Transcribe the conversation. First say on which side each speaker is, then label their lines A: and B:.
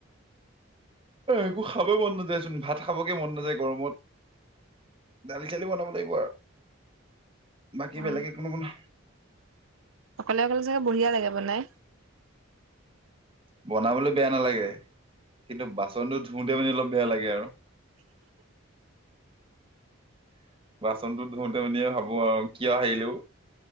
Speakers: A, on the right; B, on the right.
A: একো খাবেই মন নাযায় চোন ভাত খাবকে মন নাযায় গৰমত। দাল চালি বনাব লাগিব আৰু বাকী
B: অ
A: বেলেগে কোনোবনা
B: অকলে অকলে চাগে বঢ়িয়া লাগে বনাই
A: বনাবলৈ বেয়া নালাগে কিন্তু বাচনটো ধুওতে মানি অলপ বেয়া লাগে আৰু <inaudible> বাচনটো ধুওতে মানি ভাবো আৰু কিয় আহিলো